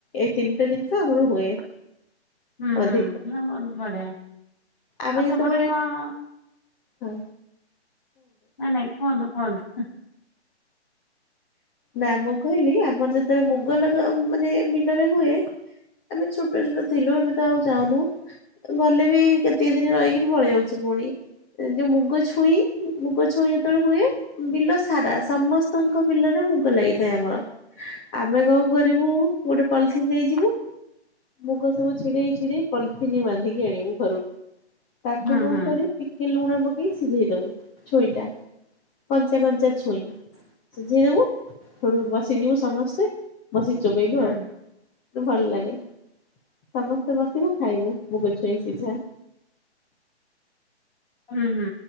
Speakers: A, on the left (about 15°); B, on the left (about 55°).
A: ଏ ତିନିଟା ଜିନିଷ ଆମର ହୁଏ।
B: ହୁଁ
A: ଅଧିକ
B: ହୁଁ ନା ବହୁତ ବଢିଆ
A: ଆମେ
B: ଆଉ
A: ଯେତେବେଳେ
B: ସେପଟେ କଣ
A: ହୁ
B: ନାଇଁ ନାଇ କୁହନ୍ତୁ କୁହନ୍ତୁ
A: ନା ମୁଁ କହିଲି ଆମର ଯେତେବେଳେ ମୁଗଲଗା ମାନେ ବିଲରେ ହୁଏ ଆମେ ଛୋଟ ଛୋଟ ଥିଲୁ ଏବେତ ଆଉ ଯାଉନୁ ଗଲେ ବି କେତିକି ଦିନି ରହିକିରି ପଳେଇଆଉଛି ପୁଣି ଯୋଉ ମୁଗ ଛୁଇଁ- ମୁଗ ଛୁଇଁ ଯେତେବେଳେ ହୁଏ ବିଲ ସାରା ସମସ୍ତଙ୍କ ବିଲରେ ମୁଗ ଲାଗିଥାଏ ଆମର ଆମେ କଣ କରିବୁ ଗୋଟେ ପଲିଥିିନ ନେଇଯିବୁ ମୁଗ ସବୁ ଛିଡେଇ ଛିଡେଇ ପଲିଥିିନି ବାନ୍ଧିକି ଆଣିବୁ ଘରକୁ। ତାକୁ
B: ହୁଁ
A: କଣ
B: ହୁଁ
A: କରିବୁ ଟିକେ ଲୁଣ ପକେଇ ସିଝେଇଦବୁ ଛୁଇଁଟା। କଞ୍ଚା କଞ୍ଚା ଛୁଇଁ ସିଝେଇଦେବୁ। ହେଡୁ ବସି ଯିବୁ ସମସ୍ତେ ବସିି ଚୋବେଇଲୁ
B: ହୁଁ
A: ଆଉ ଭଲ ଲାଗେ ସମସ୍ତେ ବସିବୁ ଖାଇବୁ ମୁଗଛୁଇଁ ସିଝା।
B: ହୁଁ ହୁଁ